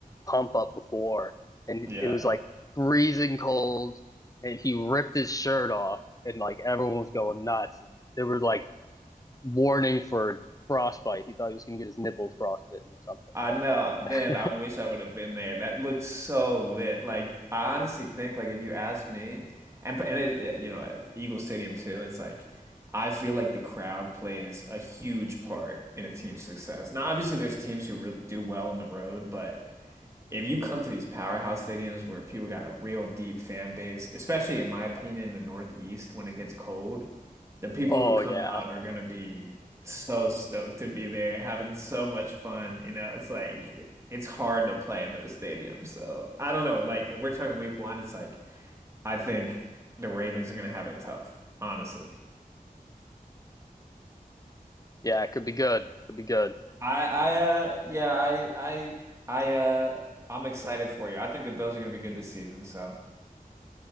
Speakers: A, on the left; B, on the right.
A: pump up before, and
B: Yeah.
A: it was like freezing cold, and he ripped his shirt off, and like everyone was going nuts. There was like warning for frostbite. He thought he was gonna get his nipples frostbitten or something.
B: I know, man,
A: But
B: I
A: <laughs>
B: wish I would have been there. That looked so lit. Like I honestly think like if you ask me and and it, you know, Eagle Stadium too, it's like I feel like the crowd plays a huge part in a team's success. Now, obviously there's teams who re do well on the road, but if you come to these powerhouse stadiums where people got a real deep fan base, especially in my opinion, in the Northeast when it gets cold, the people
A: oh
B: who come
A: yeah,
B: out are gonna be so stoked to be there, having so much fun. You know, it's like it's hard to play in those stadiums. So I don't know. Like if we're talking week one, it's like I think the Ravens are gonna have it tough, honestly.
A: yeah, it could be good. Could be good.
B: I I uh yeah, I I I uh I'm excited for you. I think the Bills are gonna be good this season, so